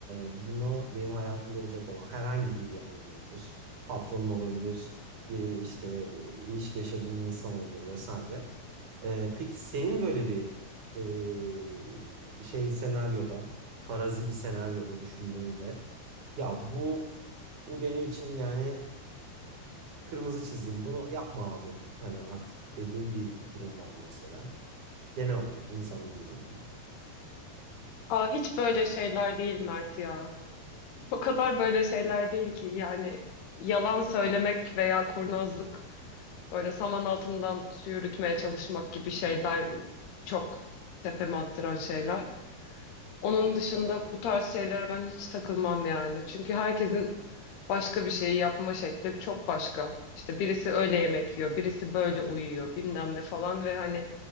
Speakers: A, on the right (about 55°); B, on the left (about 75°).
A: buna benim hayatımda olacak olan herhangi bir yani olabilir. Patronun olabilir, e, işte e, ilişki yaşadığın insan olabilir vesaire. Ee, peki senin böyle bir e, bir şey senaryoda, farazi bir senaryoda düşündüğünde ya bu bu benim için yani Kırmızı çizim bunu yapma abi. Hani artık dediğim bir durum var mesela. Genel olarak insanlarla ilgili.
B: Aa, hiç böyle şeyler değil Mert ya. O kadar böyle şeyler değil ki. Yani yalan söylemek veya kurnazlık böyle saman altından su yürütmeye çalışmak gibi şeyler çok tepeme attıran şeyler. Onun dışında bu tarz şeylere ben hiç takılmam yani. Çünkü herkesin başka bir şeyi yapma şekli çok başka. İşte birisi öyle yemek yiyor, birisi böyle uyuyor, bilmem ne falan ve hani